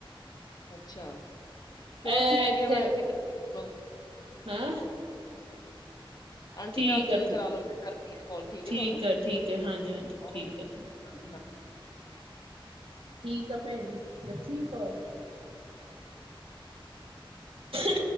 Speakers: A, on the left; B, on the right.
A: ਅੱਛਾ। ਚਲੋ
B: ਇਹ
A: ਠੀਕ
B: ਇੱਥੇ
A: ਹੈ ਮੈਂ ਫਿਰ ਕਰਦੀ ਹਾਂ ਤੁਹਾਨੂੰ
B: ਹਾਂ।
A: ਆਂਟੀ
B: ਠੀਕ
A: ਨਾਲ ਗੱਲ
B: ਆ
A: ਕਰਾ
B: ਠੀਕ
A: ਲਓ ਮੈਂ ਕਰਦੀ ਹਾਂ ਕਾਲ
B: ਠੀਕ
A: ਹੈ ਤੁਹਾਨੂੰ
B: ਆ ਠੀਕ ਹੈ ਹਾਂਜੀ- ਹਾਂਜੀ
A: ਓਕੇ
B: ਠੀਕ ਆ।
A: ਜੀ ਹਾਂ
B: ਠੀਕ ਆ ਭੈਣ ਜੀ ਲੱਛੀ ਕੌਰ <unintelligible>